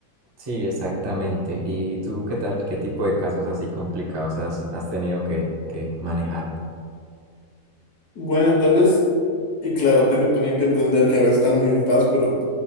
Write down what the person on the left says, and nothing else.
Bueno, tal vez, y claro, tengo también que entender que a veces están muy ocupadas, pero